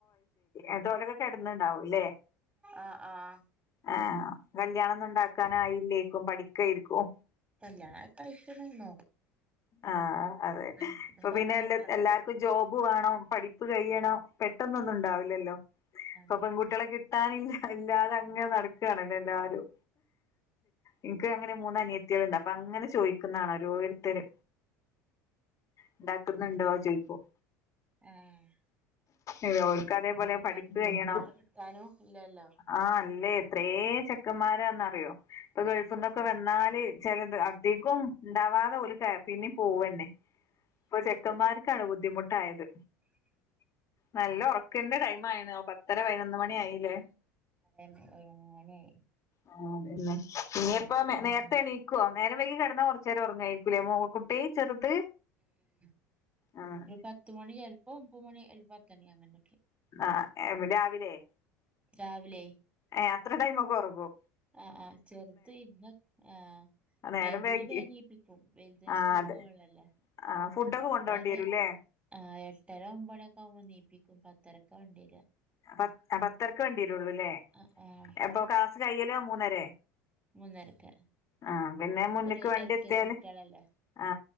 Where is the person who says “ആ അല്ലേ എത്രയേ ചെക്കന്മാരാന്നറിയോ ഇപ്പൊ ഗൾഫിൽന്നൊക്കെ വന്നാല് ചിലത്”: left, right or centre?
Left